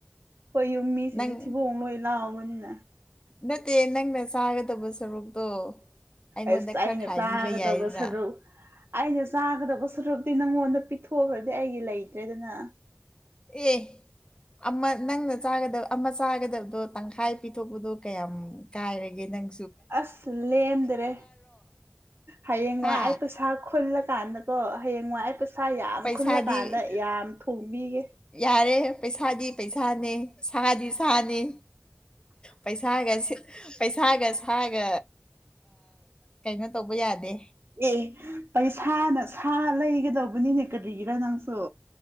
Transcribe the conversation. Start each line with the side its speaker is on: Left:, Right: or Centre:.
Right: ꯍꯣꯏ ꯌꯨꯝ ꯃꯤꯁꯤꯡꯗ
Left: ꯅꯪ
Right: ꯊꯤꯕꯣꯡ ꯂꯣꯏ ꯂꯥꯎꯕꯅꯤꯅ
Left: ꯅꯠꯇꯦ ꯅꯪꯅ ꯆꯥꯒꯗꯕ ꯁꯔꯨꯛꯇꯣ ꯑꯩꯉꯣꯟꯗ
Right: ꯑꯁ
Left: ꯈꯔ
Right: ꯑꯩꯅ
Left: ꯈꯥꯏꯕꯤꯕ
Right: ꯆꯥꯒꯗꯕ
Left: ꯌꯥꯏꯗꯅ
Right: ꯁꯔꯨꯛ ꯑꯩꯅ ꯆꯥꯒꯗꯕ ꯁꯔꯨꯛ ꯑꯗꯨ ꯅꯪꯉꯣꯟꯗ ꯄꯤꯊꯣꯛꯈ꯭ꯔꯗꯤ ꯑꯩ ꯂꯩꯇ꯭ꯔꯦꯗꯅ
Left: ꯑꯦ ꯑꯃ ꯅꯪꯅꯥꯒ ꯑꯃ ꯆꯥꯒꯗꯕꯗꯣ ꯇꯪꯈꯥꯏ ꯄꯤꯊꯣꯛꯄꯗꯣ ꯀꯌꯥꯝ ꯀꯥꯏꯔꯒꯦ ꯅꯪ
Right: ꯑꯁ ꯂꯦꯝꯗ꯭ꯔꯦ ꯍꯌꯦꯡꯋꯥꯢ
Left: ꯍꯥ
Right: ꯑꯩ ꯄꯩꯁꯥ ꯈꯨꯜꯂꯀꯥꯟꯗ ꯀꯣ ꯍꯌꯦꯡꯋꯥ ꯑꯩ ꯄꯩꯁꯥ ꯌꯥꯝ
Left: ꯄꯩꯁꯥꯗꯤ
Right: ꯈꯨꯜꯂꯀꯥꯟꯗ ꯌꯥꯝ ꯊꯣꯡꯕꯤꯒꯦ
Left: ꯌꯥꯔꯦ ꯄꯩꯁꯥꯗꯤ ꯄꯩꯁꯥꯅꯤ ꯁꯥꯗꯤ ꯁꯥꯅꯤ ꯄꯩꯁꯥꯒꯁꯦ ꯄꯩꯁꯥꯒ ꯁꯥꯒ ꯀꯩꯅꯣ ꯇꯧꯕ ꯌꯥꯗꯦ
Right: ꯑꯦ ꯄꯩꯁꯥꯅ ꯁꯥ ꯂꯩꯒꯗꯧꯕꯅꯤꯅꯦ ꯀꯔꯤꯒꯤꯔ ꯅꯪ ꯑꯣ